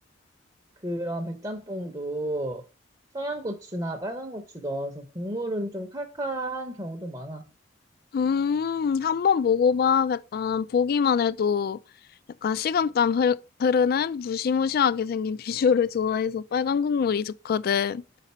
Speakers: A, on the right; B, on the left.
A: 그런 백짬뽕도 청양고추나 빨간 고추 넣어서 국물은 좀 칼칼한 경우도 많아.
B: 음, 한번 먹어봐야겠다. 보기만 해도 약간 식은땀 흐르, 흐르는 무시무시하게 생긴 <laughs> 비주얼을 좋아해서 빨간 국물이 좋거든.